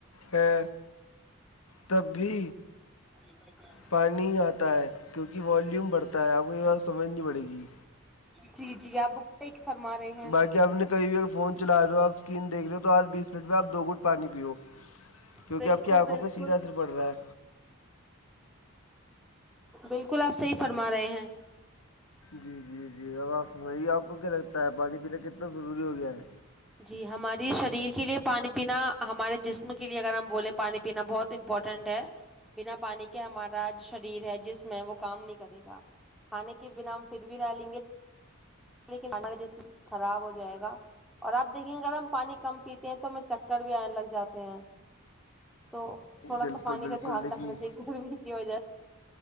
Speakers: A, on the left; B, in the centre.
A: ہے تب بھی
B: <unintelligible>
A: پانی ہی آتا ہے کیونکہ والیوم بڑھتا ہے آپ کو یہ بات سمجھ نہیں پڑے گی
B: جی جی آپ بک فرما رہے ہیں
A: باقی اپنے کئی و فون چلا رہ ہو آپ اسکرین دیکھ رہ ہو تو آج بیس منٹ میں آپ دو گٹ پانی پیو کیونکہ
B: بالکل
A: آپ کی آنکھوں
B: بالکل
A: پہ سیدھا اثر پڑ رہا ہے
B: بالکل آپ صحی فرما رہے ہیں
A: جی جی جی اب آپ سمائیے آپ کو کیا لگتا ہے پانی پین کتنا ضروری ہو گیا ہے
B: جی ہماری شریر کے لیے پانی پینا ہمارے جسم کے لیے اگر ہم بولیں پانی پینا بہت امپورٹنٹ ہے بنا پانی کے ہمارا جو شریر ہے جسم ہے وہ کام نہیں کرے گا کھانے کے بنا ہم پھر بھی رہ لیں گے لیکن کاا جسم خراب ہو جائے گا <unintelligible> اور آپ دیکیں گے اگر ہم پانی کم پیتے ہیں تو ہمیں چکر بھی آنے لگ جاتے ہیں تو تھوڑا
A: بالکل
B: سا پانی
A: بالکل
B: کا دھیان
A: دیکھیے
B: رکھنا چاہیے گرمی کی ہو جائے